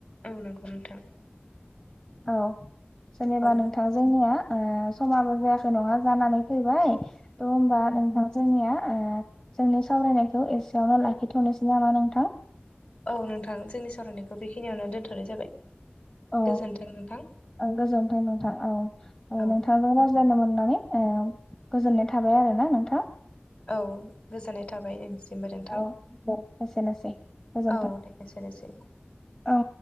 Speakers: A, on the left; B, on the left.
A: औ नंगौ नोंथां।
B: औ जेनेबा
A: औ
B: नोंथां जोंनिया ओ समाबो जायाखै नङा जानानै फैबाय थ' होमबा नोंथां जोंनिया ओ जोंनि सावरायनायखौ एसेयावनो लाखिथ'नोसै नामा नोंथां।
A: औ नोंथां जोंनि सावरायनायखौ बेखिनियावनो दोनथ'नाय जाबाय
B: औ
A: गोजोन्थों नोंथां
B: गोजोनथों नोंथां औ
A: औ
B: नोंथांजों रायज्लायनो मोननानै ओ गोजोननाय थाबाय आरोना नोंथां।
A: औ गोजोननाय थाबाय नोंथांनिसिमबो नोंथां।
B: औ दे एसेनोसै गोजोन्थों
A: औ दे एसेनोसै
B: औ